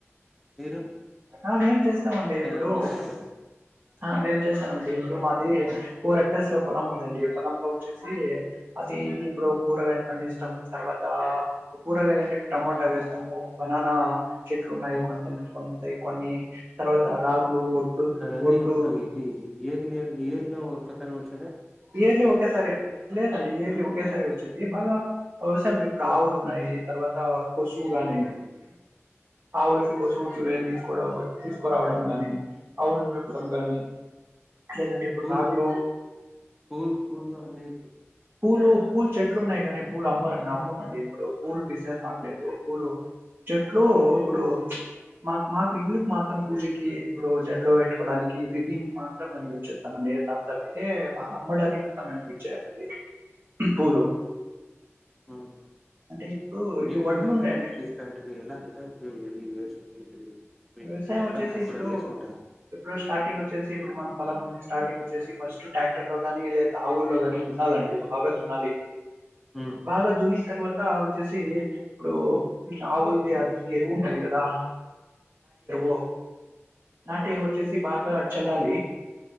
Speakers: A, in the centre; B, on the right (about 45°).
A: మీరు
B: ఆ మేం చేస్తామండి ఇప్పుడు
A: అన్ని చేస్తారు
B: ఆ మేము చేస్తాన్నమండి ఇప్పుడు మాది ఫోర్ ఎక్టర్స్ పొలం ఉందండి పొలంలో వచ్చేసి అ ది ఇది ఇప్పుడు కూరగాయలు పండిస్తాం తర్వాత ఇప్పుడు కూరగాయలు అంటే ఇప్పుడు టమోటా వేస్తాము బనానా ఆ చెట్లు ఉన్నాయి కొంతంది కొంత కొన్ని తర్వాత రాగులు ఒడ్లు
A: దన్ని
B: ఒడ్లు
A: ఎప్పుడు ఇది ఏది ఏ ఇయర్లో కొత్తగా వచ్
B: ఇయర్లీ ఒక్కసారే లేదం ఇయర్లీ ఒకేసారి వచ్చేది బాగా అవసరం ఇప్పుడు ఆవులు ఉన్నాయి తర్వాత కొసువు గాని ఆవుల్ సొచు తీసుకోవడం తీసుకురావడం గాని ఆవుల్ని మేపడం గాని లేదంటే ఇప్పుడు
A: పూల్
B: నాగులు
A: పూల్ పూలు అన్నీ ఏకు
B: పూలు పూలు చెట్లు ఉన్నాయి కానీ పూలు అమ్మరండి అమ్మమండి ఇప్పుడు పూలు బిజినెస్ మాకులేదు పూలు చెట్లు ఉప్పుడు మాకు మాకు ఇల్లుకు మాత్రం పూజకి ఇప్పుడు జడ్లో పెట్టుకోవడానికి ఇది దీనికి మాత్రం మేము యుజ్ చేస్తాంమండి అండి దాని తప్పితే మా అమ్మడానికంతా మేము గుచ్చ చేయమండి పూలు
A: అ
B: అంటే ఇప్పుడు ఇది
A: ఏం
B: వడ్లు
A: ఏమిమీ
B: ఉంటాయండి
A: చేస్తాటివి ఎలా ప్పు ఇది వ్యవస్థ చేసేది ఇది
B: వ్యవసాయం
A: చెత
B: వచ్చేసి
A: నాకు
B: ఇప్పుడు
A: కూడా లేసుకుంటాను
B: ఇప్పుడు స్టార్టింగ్ వచ్చేసి ఇప్పుడు మనం పొలం ఉంది స్టార్టింగ్ వచ్చేసి ఫస్ట్ ట్రాక్టర్థో కానీ లేద ఆవుల్లో కానీ దున్నలండి బాగా దున్నలి
A: హ్మ్.
B: బాగా దున్నిన తర్వాత అంత వచ్చేసి ఇప్పుడు విల ఆవులది అదిది ఎరువు ఉంటది కదా ఓ నాటేరువు వచ్చేసి బాగా చల్లాలి